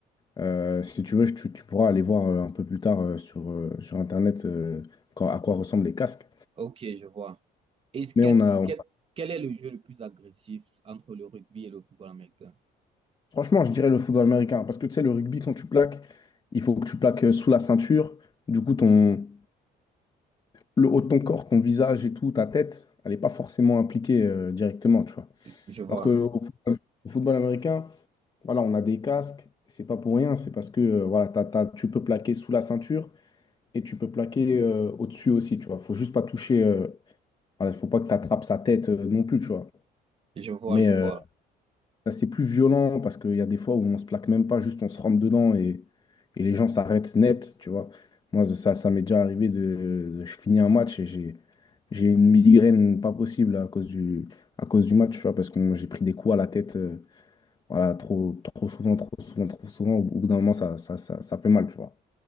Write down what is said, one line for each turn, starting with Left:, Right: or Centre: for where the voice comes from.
Left: Euh, si tu veux, je- tu, tu pourras aller voir euh, un peu plus tard euh, sur, euh, sur Internet euh, quand- à quoi ressemblent les casques.
Right: ok, je vois. Et
Left: Mais
Right: qu'est-ce,
Left: on a,
Right: quel, quel est le jeu le plus agressif entre le rugby et le football américain?
Left: Franchement, je dirais le football américain. Parce que tu sais, le rugby, quand tu plaques, il faut que tu plaques euh, sous la ceinture. Du coup, ton, le haut de ton corps, ton visage et tout, ta tête, elle n'est pas forcément impliquée euh, directement, tu vois.
Right: Je vois,
Left: Alors que au football, au football américain, voilà, on a des casques. C'est pas pour rien. C'est parce que euh, voilà, t'as- t'as- tu peux plaquer sous la ceinture et tu peux plaquer euh, au-dessus aussi, tu vois. Faut juste pas toucher. euh, voilà, faut pas que tu attrapes sa tête euh, non plus, tu vois.
Right: je vois,
Left: Mais
Right: je
Left: euh,
Right: vois.
Left: assez plus violent parce qu'il y a des fois où on se plaque même pas, juste on se rentre dedans et, et les gens s'arrêtent net, tu vois. Moi, ça, ça m'est déjà arrivé de, de- je finis un match et j'ai, j'ai une migraine pas possible à cause du, à cause du match, tu vois, parce que j'ai pris des coups à la tête, euh, voilà, trop, trop souvent, trop souvent, trop souvent. Au bout d'un moment, ça, ça, ça, ça fait mal, tu vois.